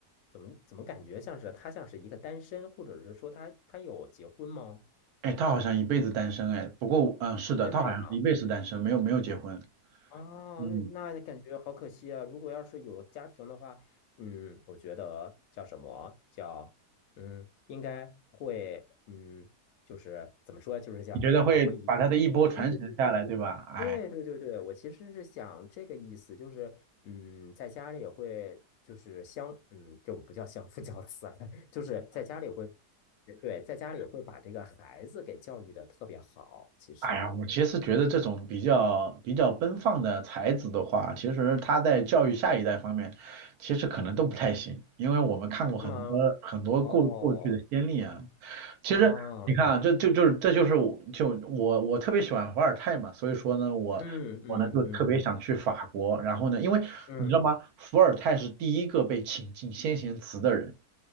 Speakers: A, on the left (about 70°); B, on the right (about 75°).
A: 怎么怎么感觉像是他像是一个单身，或者是说他他有结婚吗？
B: 哎，他好像一辈子单身，哎，不过，嗯，是的，
A: 真的呀？
B: 他好像是一辈子单身，没有没有结婚，
A: 啊，
B: 嗯，
A: 对，那感觉好可惜啊！如果要是有家庭的话，嗯，我觉得叫什么叫嗯，应该会嗯，就是怎么说，就是叫啊，
B: 你觉得会把他的一波传承下来，
A: 会以对对对对对对对对对，
B: 对吧？哎。
A: 我其实是想这个意思，就是嗯，在家里也会就是相嗯，这不叫相夫教子了，<laughs> 就是在家里会对，在家里会把这个孩子给教育的特别好，其实
B: 哎呀，我其实觉得这种比较比较奔放的才子的话，其实他在教育下一代方面，其实可能都不太行，因为我们看过很多很多过过去的先例啊。
A: 是吗？哦，
B: 其实你看啊，
A: 啊，
B: 这就就是这就是我就我我特别喜欢伏尔泰嘛，所以说呢，我我呢就特别想去法国，
A: 嗯嗯嗯
B: 然后呢，因为你知道吗，
A: 嗯
B: 伏尔泰是第一个被请进先贤祠的人。